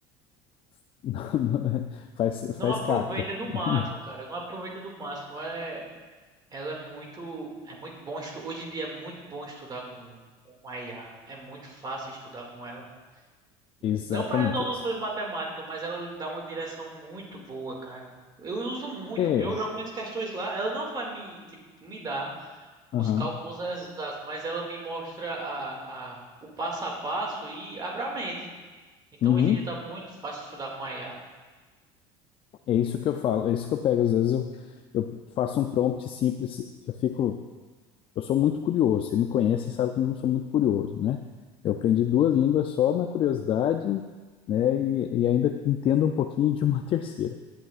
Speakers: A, on the left; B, on the right.
A: <laughs> não- não é- faz,
B: Não
A: faz
B: aproveita
A: caca.
B: do
A: <laughs>
B: máximo, cara. Não aproveita do máximo. É, ela é muito, é muito bom estu- Hoje em dia é muito bom estudar com, com a IA. É muito fácil estudar com ela. Não
A: Exatamente
B: para resoluções
A: isso.
B: matemáticas, mas ela lhe dá uma direção muito boa, cara. Eu uso muito.
A: É,
B: Eu jogo minhas questões lá. Ela não vai me, tipo, me dar os
A: aham,
B: cálculos exatos, mas ela me mostra a, a, o passo a passo e abre a mente. Então
A: uhum.
B: hoje em dia tá muito fácil estudar com a IA.
A: É isso que eu falo, é isso que eu pego. Às vezes eu, eu faço um prompt simples, eu fico Eu sou muito curioso. Você me conhece, você sabe como eu sou muito curioso, né? Eu aprendi duas línguas só na curiosidade, né? E, e ainda entendo um pouquinho de uma <laughs> terceira.